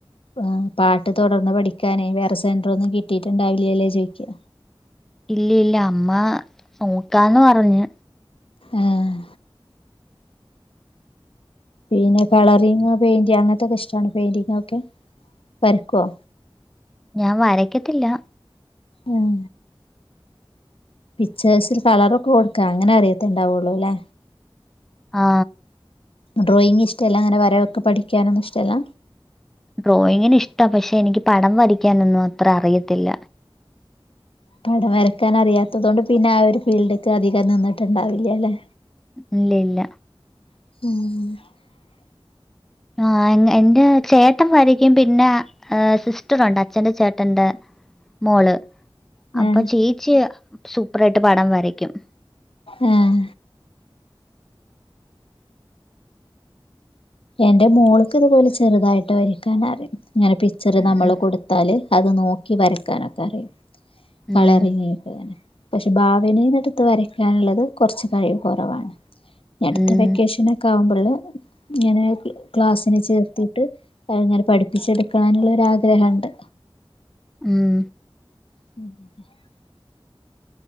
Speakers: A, on the left; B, in the centre.
A: ആ പാട്ട് തുടർന്ന് പഠിക്കാനേ വേറെ സെന്റർ ഒന്നും കിട്ടിട്ടുണ്ടാവില്ല്യാല്ലേ ചോയ്ക്കാ.
B: ഇല്ല ഇല്ല അമ്മ നോക്കാന്ന് പറഞ്ഞ്,
A: ആഹ് പിന്നെ കളറിങ് പെയിന്റി അങ്ങനത്തൊക്കെ ഇഷ്ടാണ് പെയിൻ്റിംഗ് ഒക്കെ വരക്കുവോ?
B: ഞാൻ വരക്കത്തില്ല,
A: ഉം പിക്ചേഴ്സിൽ കളറ ഒക്കെ കൊടുക്കാ അങ്ങനെ അറിയത്ത്ണ്ടാവുള്ളൂ അല്ലേ?
B: ആ
A: ഡ്രോയിങ്ങ് ഇഷ്ടല്ല അങ്ങനെ വരവൊക്കെ പഠിക്കാനൊന്നും ഇഷ്ടമല്ല?
B: ഡ്രോയിങ്ങിന് ഇഷ്ട പക്ഷെ എനിക്ക് പടം വരിക്കാനൊന്നും അത്ര അറിയത്തില്ല.
A: പടം വരക്കാൻ അറിയാത്തത് കൊണ്ട് പിന്നെ ആ ഒരു ഫീൽഡ്ക്ക് അധികം നിന്നിട്ടുണ്ടാവില്ലല്ലെ?
B: ഇല്ല ഇല്ല
A: ഉം
B: ആ എന്റെ ചേട്ടൻ വരക്കും പിന്നെ ഏഹ് സിസ്റ്ററുണ്ട് അച്ഛന്റെ ചേട്ടൻ്റെ മോള് അപ്പൊ
A: ആഹ്
B: ചേച്ചി സൂപ്പറായിട്ട് പടം വര ക്കും
A: ഏഹ് എൻ്റെ മോൾക്ക് ഇതുപോലെ ചെറുതായിട്ട് വരക്കാൻ അറിയും ഇങ്ങനെ പിക്ചർ
B: ഉം.
A: നമ്മള് കൊടുത്താൽ അത് നോക്കി ക്കി വരക്കാനൊക്കെ അറിയും കളറങ്ങിക്കെ
B: ഉം.
A: അങ്ങനെ പക്ഷെ ഭാവിന് എടുത്ത് വരയ്ക്കാനുള്ളത് കൊർച്ച് കഴിവ് കുറവാണ് ഇനി അട്ത്ത
B: ഉം.
A: വെക്കേഷൻ ഒക്കെ ആവുമ്പോ ള്ള് ഇങ്ങനെ ക്ലാസ്സിന് ചേർത്തിട്ട് ഇങ്ങനെ പഠിപ്പിച്ചെടുക്കാനുള്ള ഒരാഗ്രഹുണ്ട്
B: ഉം
A: <unintelligible>